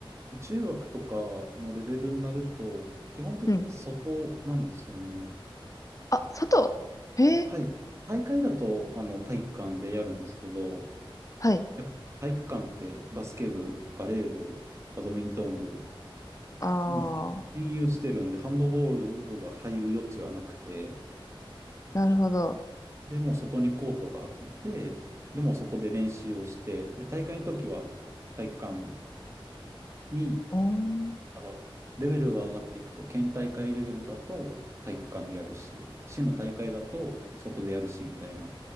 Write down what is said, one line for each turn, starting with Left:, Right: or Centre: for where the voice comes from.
Right: 中学とかのレベルになると、基本的に外なんですよね。
Left: うん。あ、外へ
Right: はい。大会だと、あの、体育館でやるんですけど、
Left: はい。
Right: やっぱり体育館ってバスケ部、バレー部、バドミントン部、
Left: あ
Right: もう占有してるんで、
Left: ー、
Right: ハンドボール部が入る余地はなくて、
Left: なるほど。
Right: でもう外にコートがあって、でもうそこで練習をして、で、大会の時は体育館に
Left: おーん。
Right: だから、レベルが上がっていくと、県大会レベルだと体育館でやるし、市の大会だと外でやるしみたいな